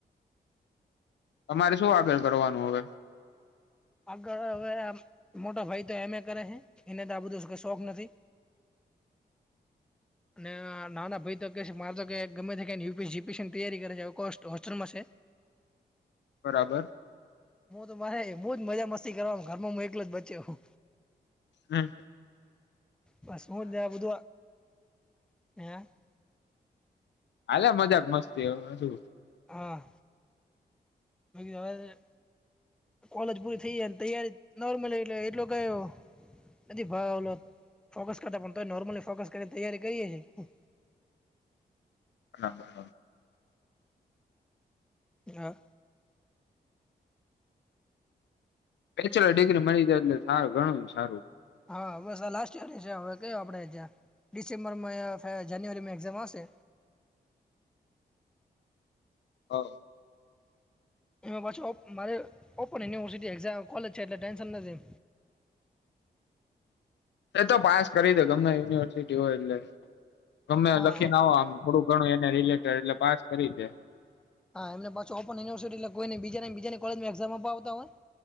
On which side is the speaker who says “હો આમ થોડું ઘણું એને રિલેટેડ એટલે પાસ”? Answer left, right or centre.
Left